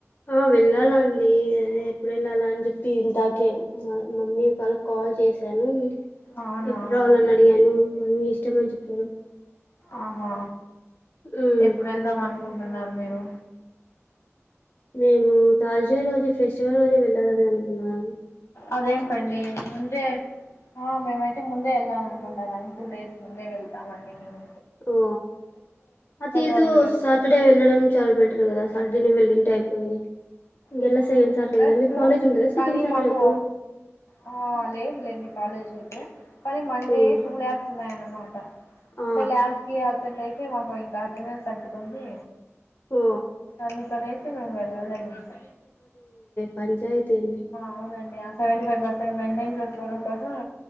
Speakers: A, on the left; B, on the left.
A: ఆ వెళ్ళాలాండి అదే ఎప్పుడు వెళ్ళాల అని చెప్పి ఇందాకే మ మమ్మీ ఆలకు కాల్ చే చేసాను
B: అవునా
A: ఎప్పుడు రావాలని అడిగాను వాళు మీ ఇష్టం అని చెప్పారు
B: ఆహా
A: ఉమ్
B: ఎప్పుడు వెళ్దాం అనుకుంటు డున్నారు మీరు
A: మేము తాస్డే రోజే ఫెస్టివల్ రోజే వెళ్ళాలని అనుకుంటనం
B: అదేంటండి ముందే ఆ మేమైతే ముందే వెళ్ళాలి అనుకుంటున్నాం టూ డేస్ ముందే వెళ్తామండి మేము
A: ఓ అతితో
B: రోజు వెళ్తారు
A: సాటర్డే వెళ్లడం చాల బెటర్ కదా సాటర్డేనే వెళ్ళింటే అయిపోయేది ఇంకెల్లా
B: ఆ
A: సెకండ్ సాటడే
B: వెళ్ళొచ్చు
A: కదా మీక్ కాలెజ్ ఉంటద సెకండ్
B: కానీ
A: సాటర్డేప్పుడు
B: మాకు ఆ లేదు లేండి కాలేజు కానీ మండే
A: ఉమ్,
B: టూ లాబ్స్ ఉన్నయన్నమాట
A: ఆ
B: అంటే ల్యాబ్స్ కి ఆ తెంత్ అయితే మాకు ఇంకా అటెండ్స్ తగ్గుతుంది
A: ఓ
B: అందుకనేసి మేం వెళ్ళలేదు ఇంక
A: పంచాయతి ఎంది
B: అవునండి ఆ సెవెంటీ ఫైవ్ పర్సెంట్ మెయింటైన్ చేసుకోవడం కోసము